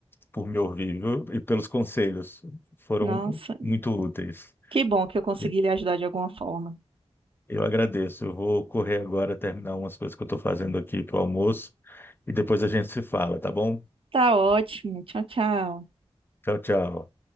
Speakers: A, on the left; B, on the right.
A: por me ouvir, viu? E pelos conselhos. Foram
B: Nossa,
A: muito úteis.
B: que bom que eu consegui
A: E-
B: lhe ajudar de alguma forma.
A: Eu agradeço. Eu vou correr agora, terminar umas coisas que eu estou fazendo aqui para o almoço e depois a gente se fala, tá bom?
B: Tá ótimo. Tchau, tchau.
A: Tchau, tchau.